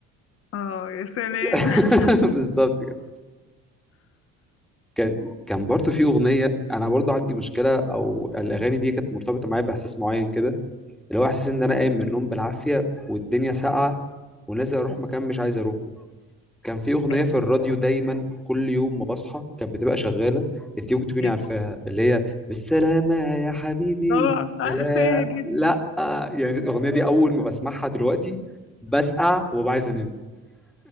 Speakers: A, on the left; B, in the centre.
A: اه يا سلام
B: <laughs>
A: <laughs>
B: بالظبط كده كان كان برضو في اغنيه انا برضو عندي مشكله او الاغاني دي كانت مرتبطه معايا باحساس معين كده اللي هو احساس ان انا قايم من النوم بالعافيه والدنيا ساقعه ونازل اروح مكان مش عايز اروحه كان في
A: اوكي
B: اغنيه في الراديو دايما كل يوم ما بصحى كانت بتبقى شغاله انت ممكن تكوني عارفاها
A: بس
B: اللي هي بالسلامه يا حبيبي
A: طبعا عارفاها
B: لا
A: جدا
B: لا يعني الاغنيه دي اول ما بسمعها دلوقتي بسقع وببقى عايز انام